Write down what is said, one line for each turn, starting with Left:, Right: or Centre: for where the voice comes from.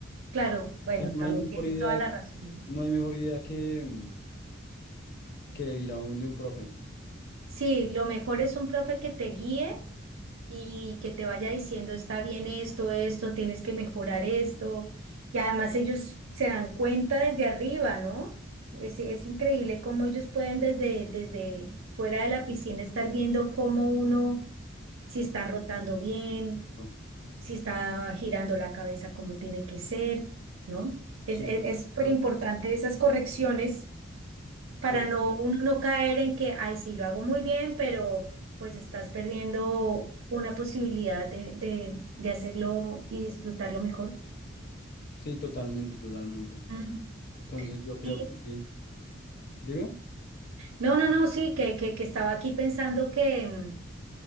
Right: Claro, bueno,
Left: O sea, no
Right: también
Left: hay mejor
Right: tienes
Left: idea,
Right: toda la razón.
Left: no hay mejor idea que, mm, que ir a un de un profe.
Right: Sí, lo mejor es un profe que te guíe y que te vaya diciendo, está bien esto, esto, tienes que mejorar esto. Y además ellos se dan cuenta desde arriba, ¿no? Es, es increíble cómo ellos pueden desde, desde fuera de la piscina estar viendo cómo uno, si está rotando bien
Left: No.
Right: si está girando la cabeza como tiene que ser, ¿no?
Left: Sí,
Right: Es, es, es súper
Left: total,
Right: importante esas correcciones para
Left: total.
Right: no, uno no caer en que, ay, sí, lo hago muy bien, pero pues estás perdiendo una posibilidad de, de, de hacerlo y disfrutarlo mejor.
Left: Sí, totalmente, totalmente.
Right: Mm.
Left: Entonces yo creo
Right: Sí.
Left: que sí. Dime.
Right: No, no, no, sí, que, que, que estaba aquí pensando que, mm,